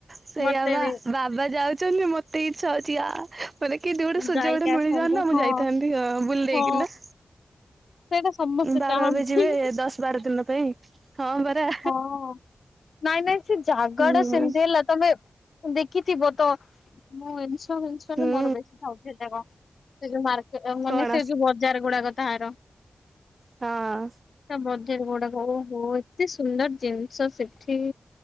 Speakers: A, on the right; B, on the left.
A: ସେଇଆ
B: ମତେ
A: ବା
B: ବି
A: ବାବା ଯାଉଛନ୍ତି ମ ଟି ଇଚ୍ଛା ହଉଛି ଆ ମାନେ କି ଦି ଗୋଟେ ସୁଯୋଗ
B: ଯାଇକି
A: ଗୋଟେ ମିଳିଯାଆନ୍ତା
B: ଆସନ୍ତୁ।
A: ମୁଁ
B: ହଁ
A: ଯାଇଥାନ୍ତି ବୁଲି
B: ହଁ
A: ଦେଇକିନା
B: ସେଇଟା ସମସ୍ତେ
A: ବାବା
B: ଚାହାନ୍ତି।
A: ଏବେ ଯିବେ ଦଶ ବାର ଦିନ ପାଇଁ ହଁ ପରା।
B: ହଁ ନାଇଁ ନାଇଁ ସେ ଜାଗାଡା
A: ହୁଁ
B: ସେମିତି ହେଲା ତମେ ଦେଖିଥିବ ତ ମୁଁ ଇନଷ୍ଟା ଫିଷ୍ଟା
A: ହୁଁ
B: ମୋର ବେଶୀ ଥାଉଛି ସେଜାକ। ସେ ଯୋଉ ମାର୍କେଟ ମାନେ
A: କଣ
B: ସେ ଯୋଉ ବଜାର ଗୁଡାକ ତାହାର।
A: ହଁ।
B: ତା ବଜାର ଗୁଡ଼ାକ ଓହୋ ଏତେ ସୁନ୍ଦର ଜିନିଷ ସେଠି।